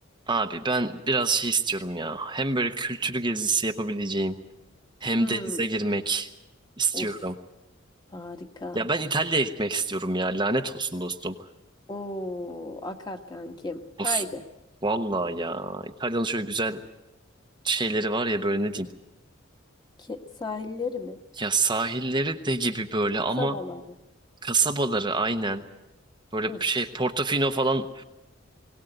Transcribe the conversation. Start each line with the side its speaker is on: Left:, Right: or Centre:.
Right: Abi ben biraz şey istiyorum ya. Hem böyle kültürü gezisi yapabileceğim hem
Left: Hmm,
Right: denize girmek istiyorum.
Left: uf, harika.
Right: Ya ben İtalya'ya gitmek istiyorum ya. Lanet olsun dostum.
Left: Oo, akar kankim.
Right: Of
Left: Haydi.
Right: valla ya. İtalya'nın şöyle güzel şeyleri var ya böyle ne diyeyim.
Left: Ki, sahilleri mi?
Right: Ya sahilleri de gibi böyle
Left: Kasabaları.
Right: ama kasabaları aynen. Böyle
Left: Uf,
Right: şey Portofino falan